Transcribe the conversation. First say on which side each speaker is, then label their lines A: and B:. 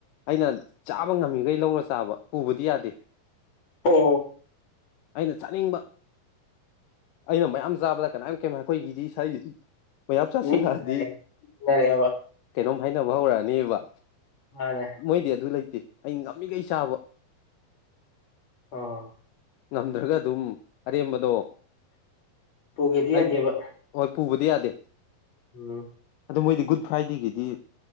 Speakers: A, on the left; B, on the left.
A: ꯑꯩꯅ ꯆꯥꯕ ꯉꯝꯃꯤꯈꯩ ꯂꯧꯔ ꯆꯥꯕ ꯄꯨꯕꯗꯤ ꯌꯥꯗꯦ
B: ꯑꯣ
A: ꯑꯩꯅ ꯆꯥꯅꯤꯡꯕ ꯑꯩꯅ ꯃꯌꯥꯝ ꯆꯥꯕꯗ ꯀꯅꯥꯝ ꯀꯦꯝ ꯑꯩꯈꯣꯏꯒꯤꯗꯤ ꯁꯋꯥꯏꯒꯤꯗꯤ ꯃꯌꯥꯝ ꯆꯥꯁꯤꯜꯂꯛꯑꯗꯤ
B: ꯃꯤꯠ ꯎꯅꯔꯦ ꯎꯅꯔꯛꯑꯦꯕ
A: ꯀꯩꯅꯣꯝ ꯍꯥꯏꯅꯕ ꯍꯧꯔꯛꯑꯅꯤꯕ
B: ꯃꯥꯅꯦ
A: ꯃꯣꯏꯗꯤ ꯑꯗꯨ ꯂꯩꯇ ꯇꯦ ꯑꯩ ꯉꯝꯃꯤꯈꯩ ꯆꯥꯕ
B: ꯑꯥ
A: ꯉꯝꯗ꯭ꯔꯒ ꯑꯗꯨꯝ ꯑꯔꯦꯝꯕꯗꯣ
B: ꯄꯨꯒꯦꯗꯤ ꯌꯥꯗꯦꯕ
A: ꯑꯩ ꯍꯣꯏ ꯄꯨꯕꯗꯤ ꯌꯥꯗꯦ
B: ꯎꯝ
A: ꯑꯗꯣ ꯃꯣꯏꯗꯤ ꯒꯨꯗ ꯐ꯭ꯔꯥꯏꯗꯦꯒꯤꯗꯤ